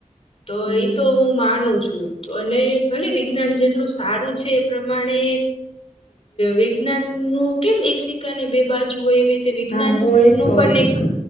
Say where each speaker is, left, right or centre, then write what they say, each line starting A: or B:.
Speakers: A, on the left; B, on the left.
A: તો
B: હમ
A: એ તો હું હું માનું છું. અને ભલે વિજ્ઞાન જેટલું સારું છે એ પ્રમાણે વિજ્ઞાન નું કેમ એક સિકકાની બે બાજુ હોય એવી તે
B: હા હું એજ
A: નો
B: કઉ
A: પણ
B: છું
A: એક